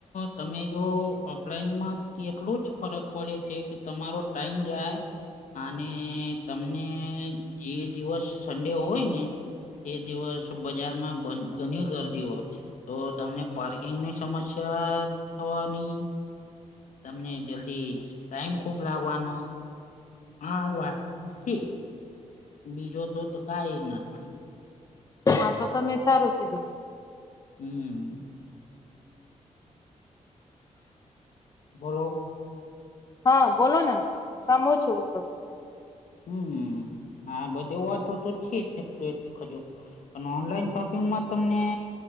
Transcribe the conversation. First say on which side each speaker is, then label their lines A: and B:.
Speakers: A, on the left; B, on the left.
A: તમે જો ઓફલાઈનમાં કેટલું જ ફરક પડે છે કે તમારો ટાઈમ જાય. હા અને તમને જે દિવસ સન્ડે હોય ને કે તે દિવસ બજારમાં બ ઘની ગરદી હોય તો તમને પાર્ક એમની સમસ્યા થવાની. તમને જલ્દી ટાઈમ ખુબ લાગવાનો, <unintelligible> બીજો તો કાઈ નથી.
B: હા, તો તમે સારું કીધું.
A: હમ્મ બોલો
B: હા બોલો ને સાંભળું છું હું તો
A: હમ્મ હા બધી વાતો તો છે, જ પલે ખજું પણ ઓનલાઈન શોપિંગમાં તમને